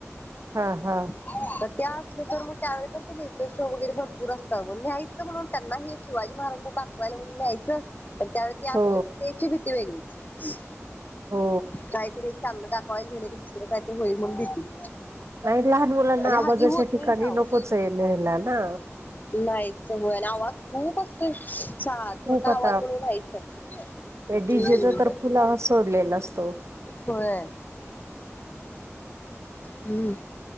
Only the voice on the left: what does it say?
तर त्या असलं तर मग त्यावेळी पण ते लेजर शो वगैरे भरपूर असतात न्यायचं म्हणून, त्यांना हे शिवाजी महाराजांच दाखवायला म्हणून न्यायचं, पण त्यावेळी ते असलं
की, ते ची भीती वेगळीच,
काहीतरी एक चांगलं दाख पाहायला गेल की, दुसरं काय तर होईल म्हणून भीती.
आणि
हल्ली होतयच
अहो
नाहीच वय ना आवाज खूप असतो छा छोटा
आवाज म्हणून नाहीच हाय
होय हम्